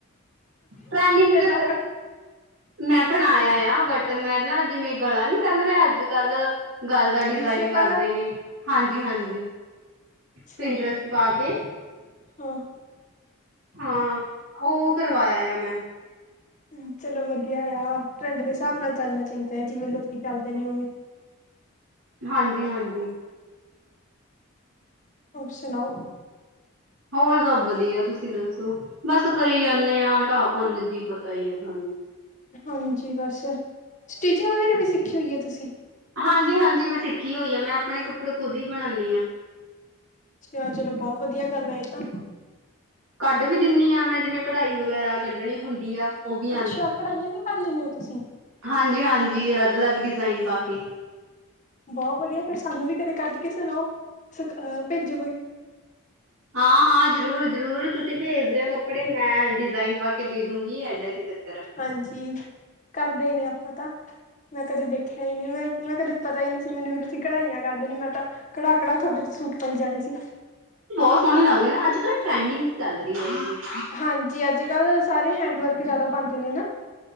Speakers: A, on the right; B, on the left.
A: ਟਰੈਂਡਿੰਗ ਜਤ
B: ਤੱਕ
A: ਮੈਂ ਬਣਾਇਆਂ ਆ, ਬਟ ਮੈਂ ਨਾ ਜਿਮੇਂ ਗਲਾਂ ਨੀਂ ਚੱਲ ਰਿਆ ਅੱਜ-ਕੱਲ ਗੱਲ ਦਾ ਡਿਜ਼ਾਇਨ
B: ਵੀ ਸ਼ੇਪ
A: ਕਰਦੇਂ
B: ਵਾਲਾ
A: ਨੇ, ਹਾਂਜੀ-ਹਾਂਜੀ।
B: ਅੱਛਾ
A: ਪਿੰਡਰੈਸਟ ਪਾ ਕੇ।
B: ਹਾਂ।
A: ਹਾਂ, ਉਹ ਕਰਵਾਇਆਂ ਆ ਮੈਂ
B: ਹੂੰ, ਚਲੋ ਵਧੀਆ ਆ ਟਰੈਂਡ ਦੇ ਹਿਸਾਬ ਨਾਲ਼ ਚੱਲਣਾ ਚਾਈਦਾ ਏ, ਜਿਵੇਂ ਲੋਕੀ ਚੱਲਦੇ ਨੇ ਉਵੇਂ।
A: ਹਾਂਜੀ- ਹਾਂਜੀ।
B: ਹੋਰ ਸੁਣਾਓ।
A: ਹੋਰ ਸਭ ਵਧੀਆਂ, ਤੁਸੀਂ ਦੱਸੋ। ਬਸ ਕਰੀ ਜਾਂਣੇ ਆਂ, ਢਾਪੰਨ ਜੀ ਪਤਾ ਈ ਐ ਥਾਨੂੰ।
B: ਹਾਂਜੀ ਬਸ, ਸਟੀਚਿੰਗ ਵਗੈਰਾ ਵੀ ਸਿੱਖੀ ਹੋਈ ਐ ਤੁਸੀਂ?
A: ਹਾਂਜੀ ਹਾਂਜੀ, ਮੈਂ ਸਿੱਖੀ ਹੋਈ ਐ ਮੈਂ ਆਪਣੇ ਕੱਪੜੇ ਖੁਦ ਹੀ ਬਣਾਣੀ ਯਾਂ।
B: ਅੱਛੀ ਐ, ਚਲੋ ਬੌਹ ਵਧੀਆ ਗੱਲ ਆ, ਏ ਤਾਂ।
A: ਕੱਢ ਵੀ ਦਿੰਨੀ ਆ ਮੈਂ ਜਿਵੇਂ, ਕਢਾਈ ਵਗੈਰਾ ਕੱਢਣੀ ਹੁੰਦੀ ਆ। ਉਹ ਵੀ
B: ਅੱਛਾ, ਕਢਾਹੀਆਂ ਵੀ ਕਰ ਲੈਂਣੇ ਔ ਤੁਸੀਂ?
A: ਹਾਂਜੀ ਹਾਂਜੀ, ਅਲੱਗ-ਲੱਗ ਡਿਜ਼ਾਇਨ ਪਾ ਕੇ।
B: ਬੌਹ ਵਧੀਆ, ਫੇਰ ਸਾਨੂੰ ਵੀ ਕਦੇ ਕੱਢ ਕੇ ਸੁਣਾਓ, ਸੂ ਭੇਜੋ ਕੋਈ।
A: ਹਾਂ, ਹਾਂ। ਹਾਂ ਜ਼ਰੂਰ-ਜ਼ਰੂਰ, ਤੁਸੀਂ ਭੇਜਦੇਓ ਕੱਪੜੇ ਮੈਂ ਡਿਜ਼ਾਇਨ ਪਾ ਕੇ ਦੇ ਦੂੰਗੀ, ਐਡਾ ਕੀ ਚੱਕਰ ਐ।
B: ਹਾਂਜੀ, ਕਰਦੇ ਹੀ ਨੇ ਅਪਾਂ ਤਾਂ। ਮੈਂ ਕਦੇ ਦੇਖਿਆ ਹੀ ਨਹੀਂ, ਮੈਂ-ਮੈਂ ਕਦੇ ਪਤਾ ਹੀ ਨ ਨਹੀਂ ਸੀ। ਮੈਨੂੰ ਵੀ ਤੁਸੀਂ ਕੜਢਾਈਆਂ ਕਰ ਦਣੀ ਮੈਂ ਤਾਂ ਕੜਾਕੜਾ, ਤੁਹਾਡੇ ਤੋਂ ਸੂਟ ਪਾਈ ਜਾਣੇ ਸੀ।
A: ਬਹੁਤ ਸੋਹਣੇ ਲੱਗਦੇ ਨੇ, ਅੱਜ ਕੱਲ੍ਹ ਟਰੈਂਡਿੰਗ ਚੱਲ ਰਹੀ ਹੈ ਇਹ ਚੀਜ਼
B: ਹਾਂਜੀ ਅੱਜ ਕੱਲ੍ਹ, ਸਾਰੇ ਹੈਂਡ ਵਰਕ ਜਿਆਦਾ ਪਾਉਂਦੇ ਨੇ ਨਾ